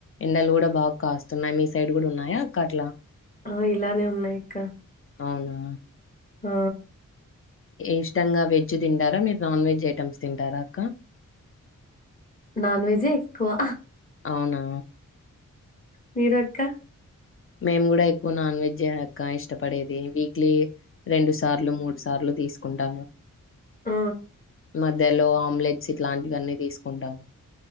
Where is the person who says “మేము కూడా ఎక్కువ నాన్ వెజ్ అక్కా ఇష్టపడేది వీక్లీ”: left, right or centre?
Left